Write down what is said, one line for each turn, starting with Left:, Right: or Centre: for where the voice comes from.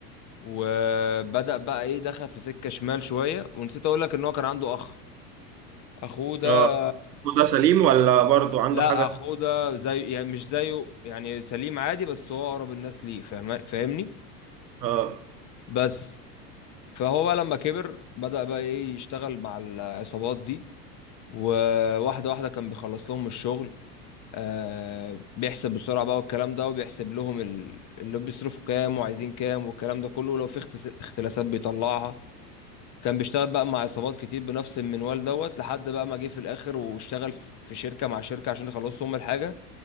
Left: وبدأ بقى ايه دخل في سكة شمال شوية ونسيت اقول لك ان هو كان عنده اخ اخوه ده
Right: اه ده سليم ولا برضو عنده
Left: لا
Right: حاجة؟
Left: اخوه ده زي يعني مش زيه يعني سليم عادي بس هو اقرب الناس ليه فاهم فاهمني
Right: اه
Left: بس فهو بقى لما كبر بدأ بقى ايه يشتغل مع العصابات دي وواحدة واحدة كان بيخلص لهم الشغل آه بيحسب بسرعة بقى والكلام ده وبيحسب لهم ال- اللي بيصرفوا كام وعايزين كام والكلام ده كله ولو في اخت- اختلاسات بيطلعها كان بيشتغل بقى مع عصابات كتير بنفس المنوال دوت لحد بقى ما جه في الآخر واشتغل في في شركة مع شركة عشان يخلصوا هم الحاجة